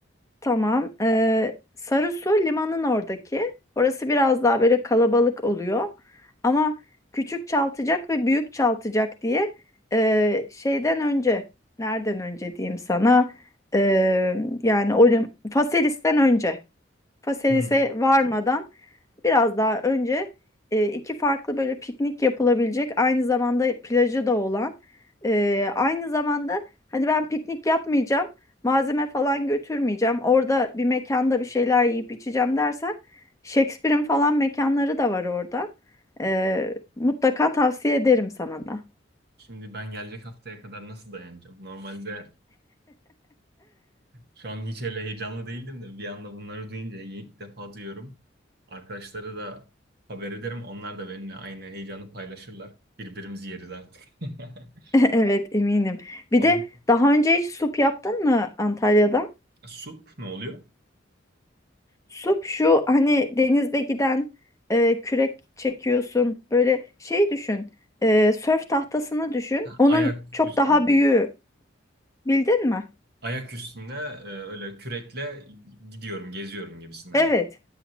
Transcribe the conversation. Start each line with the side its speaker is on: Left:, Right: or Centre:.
Left: Tamam. Ee, Sarısu limanın oradaki. Orası biraz daha böyle kalabalık oluyor. Ama küçük çaltacak ve büyük çaltacak diye ee, şeyden önce, nereden önce diyeyim sana? Ee, yani o lim- Faselis'ten önce. Faselis'e
Right: Hı.
Left: varmadan biraz daha önce e, iki farklı böyle piknik yapılabilecek aynı zamanda plajı da olan e, aynı zamanda hani ben piknik yapmayacağım malzeme falan götürmeyeceğim orada bir mekanda bir şeyler yiyip içeceğim dersen Shakespeare'in falan mekanları da var orada E, mutlaka tavsiye ederim sana da.
Right: Şimdi ben gelecek haftaya kadar nasıl dayanacağım? Normalde şu an hiç öyle heyecanlı değildim de bir anda bunları duyunca ilk defa duyuyorum. Arkadaşlara da haber ederim. Onlar da benimle aynı heyecanı paylaşırlar. Birbirimizi yeriz artık. <laughs>
Left: <laughs> Evet eminim. Bir
Right: Oğlum,
Left: de daha önce hiç sup yaptın mı Antalya'da?
Right: Sup ne oluyor?
Left: Sup şu hani denizde giden e, kürek çekiyorsun. Böyle şey düşün. E, sörf tahtasını düşün.
Right: Ha,
Left: Onun
Right: ayak
Left: çok
Right: üstünde.
Left: daha büyüğü. Bildin mi?
Right: Ayak üstünde e, öyle kürekle gidiyorum, geziyorum gibisinden.
Left: Evet.